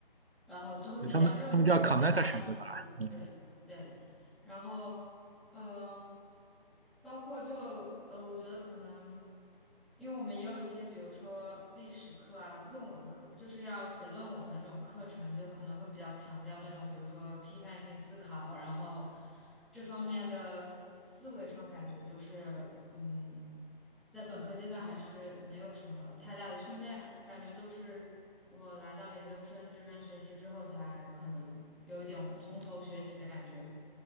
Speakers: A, in the centre; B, on the right.
A: 然后就会比较认可这个学校的，
B: 就他们他们叫 Connection
A: 比如说对对，
B: 对吧？嗯，
A: 然后嗯，包括就呃，我觉得可能，因为我们也有一些，比如说历史课啊、论文课，就是要写论文的这种课程，就可能会比较强调那种，比如说批判性思考，然后这方面的思维上感觉就是，嗯，在本科阶段还是没有什么太大的训练，感觉都是我来到研究生这边学习之后才可能有一点从头学起的感觉。